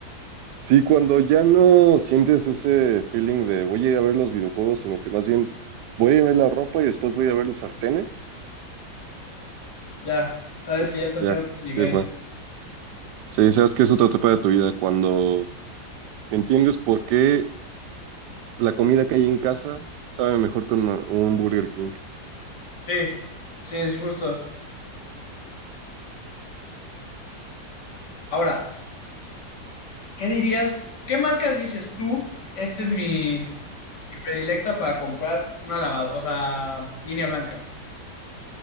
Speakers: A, on the right; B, on the left.
A: Sí, cuando ya no sientes ese feeling de voy a ir a ver los videojuegos, sino que más bien voy a ir a ver la ropa y después voy a ir a ver los sartenes,
B: Ya, sabes
A: pues
B: que ya estás
A: ya,
B: en otro nivel.
A: ya fue. Sí, sabes que es otra etapa de tu vida, cuando entiendes por qué la comida que hay en casa sabe mejor con ma- un Burger King.
B: Sí, sí, es justo. Ahora. ¿Qué dirías? ¿Qué marca dices tú? Esta es mi, mi predilecta para comprar una lavadora, o sea, línea blanca.